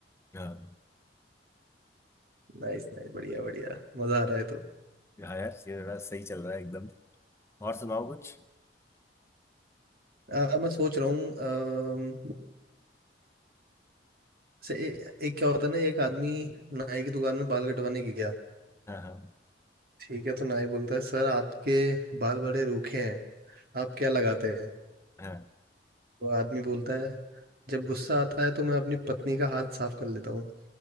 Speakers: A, on the left; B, on the right.
A: हाँ
B: नाइस नाइस बढ़िया बढ़िया मजा आ रहा है तो
A: हाँ यार ये थोड़ा सही चल रहा है एकदम और सुनाओ कुछ
B: आ, मैं सोच रहा हूँ से ए, एक क्या होता है ना एक आदमी नाई की दुकान में बाल कटवाने गया
A: हाँ हाँ
B: ठीक है तो नाई बोलता है सर आपके बाल बड़े रूखे हैं आप क्या लगाते हैं
A: हाँ
B: तो आदमी बोलता है जब गुस्सा आता है तो मैं अपनी पत्नी का हाथ साफ कर लेता हूँ